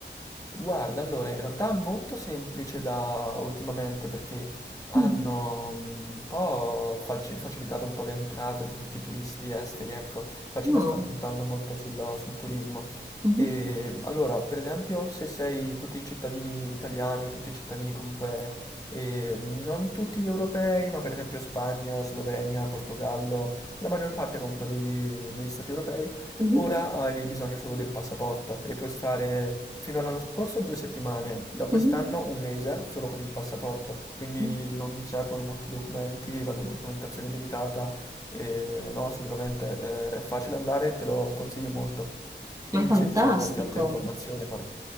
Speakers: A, on the left; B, on the right.
A: Guarda, allora in realtà è molto semplice da ultimamente perché hanno
B: Mm.
A: mm, un po' falci- facilitato un po' l'entrata di tutti i turisti esteri, ecco, la Cina
B: Oh,
A: sta puntando molto sul, sul turismo.
B: mhm,
A: E allora, per esempio, se sei tutti i cittadini italiani o tutti i cittadini comunque, eh, non tutti europei, ma per esempio Spagna, Slovenia, Portogallo, la maggior parte comunque degli, degli stati europei,
B: mhm,
A: Ora hai bisogno solo del passaporto e puoi stare fino all'anno scorso due settimane, da quest'anno
B: mhm,
A: un mese solo con il passaporto, quindi
B: mhm.
A: non servono molti documenti, la documentazione è limitata e no, assolutamente eh, è facile andare e te lo consiglio molto. Dimmi
B: Ma è fantastico.
A: se ti serve qualche altra informazione poi.